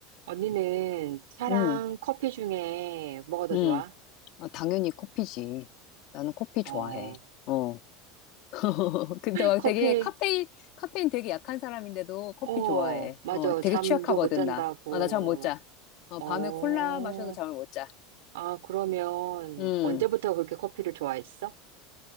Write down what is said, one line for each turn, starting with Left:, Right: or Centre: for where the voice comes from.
Right: 언니는 차랑
Left: 응,
Right: 커피 중에 뭐가 더
Left: 응.
Right: 좋아?
Left: 아, 당연히 커피지. 나는 커피
Right: 어,
Left: 좋아해. 어. <laughs> 근데 막
Right: 커피,
Left: 되게 카페인, 카페인 되게 약한 사람인데도 커피
Right: 어,
Left: 좋아해.
Right: 맞아.
Left: 어, 되게
Right: 잠도
Left: 취약하거든,
Right: 못 잔다고.
Left: 나. 아, 나 잠 못 자. 어,
Right: 어,
Left: 밤에 콜라 마셔도 잠을 못 자.
Right: 아, 그러면
Left: 음.
Right: 언제부터 그렇게 커피를 좋아했어?